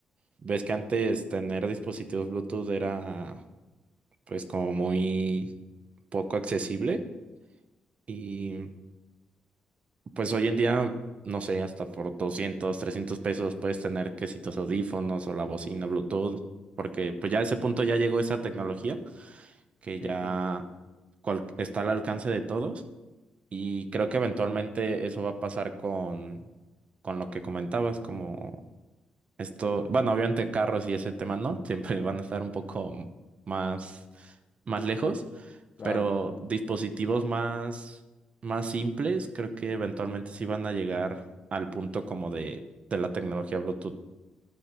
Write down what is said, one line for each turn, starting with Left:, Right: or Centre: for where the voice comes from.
Right: Ves que antes tener dispositivos Bluetooth era pues como muy poco accesible y pues hoy en día, no sé, hasta por 200, 300 pesos puedes tener que si tus audífonos o la bocina Bluetooth, porque pues ya a ese punto ya llegó esa tecnología que
Left: Sí,
Right: ya
Left: claro.
Right: cual- está al alcance de todos. Y creo que eventualmente eso va a pasar con, con lo que comentabas, como esto, bueno, obviamente carros y ese tema no, siempre <laughs> van a estar un poco más, más lejos,
Left: Claro.
Right: pero dispositivos más, más simples, creo que eventualmente sí van a llegar al punto como de, de la tecnología Bluetooth.